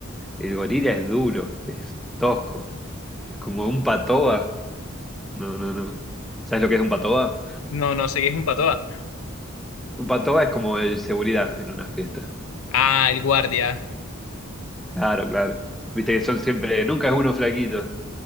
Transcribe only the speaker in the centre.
El gorila es duro, es tosco, es como un patoa. No, no, no. ¿Sabes lo que es un patoa?
Un patoa es como el seguridad en una fiesta.
Claro, claro. Viste que son siempre, nunca es uno flaquito,